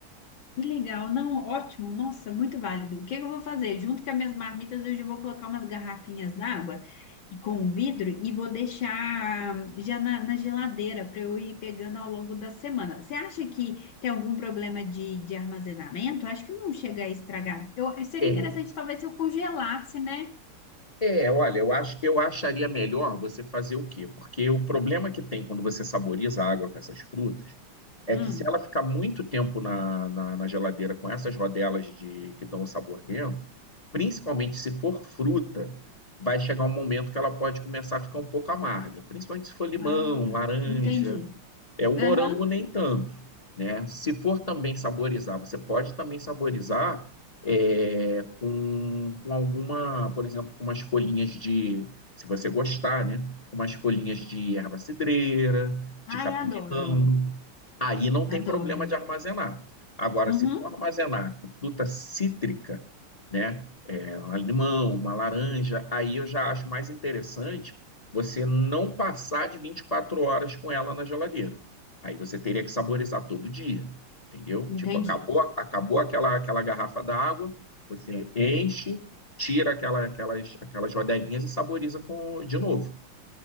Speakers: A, on the left; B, on the left.
A: Que legal, não, ótimo, nossa, muito válido. O que que eu vou fazer? Junto com as minhas marmitas, eu já vou colocar umas garrafinhas d'água com vidro e vou deixar já na, na geladeira para eu ir pegando ao longo da semana. Você acha que tem algum problema de, de armazenamento? Acho que não chega a estragar. Eu, seria
B: É,
A: interessante talvez se eu congelasse, né?
B: é, olha, eu acho, eu acharia melhor você fazer o quê? Porque o problema que tem quando você saboriza a água com essas frutas é
A: Hum.
B: que se ela ficar muito tempo na, na, na geladeira com essas rodelas de que dão o sabor dentro, principalmente se for fruta, vai chegar um momento que ela pode começar a ficar um pouco amarga, principalmente se for limão,
A: Ah,
B: laranja.
A: entendi.
B: É o morango
A: Aham.
B: nem tanto, né? Se for também saborizar, você pode também saborizar é, com, com alguma, por exemplo, com umas folhinhas de, se você gostar, né? Com umas folhinhas de erva cidreira, de
A: Ai,
B: capim-limão.
A: adoro,
B: Aí não tem
A: adoro.
B: problema de armazenar. Agora,
A: Uhum,
B: se for armazenar com fruta cítrica, né? É, um limão, uma laranja, aí eu já acho mais interessante você não passar de 24 horas com ela na geladeira. Aí você teria que saborizar todo dia, entendeu?
A: entendi.
B: Tipo, acabou, acabou aquela, aquela garrafa d'água, você enche, tira aquela, aquelas, aquelas rodelinhas e saboriza com, de novo.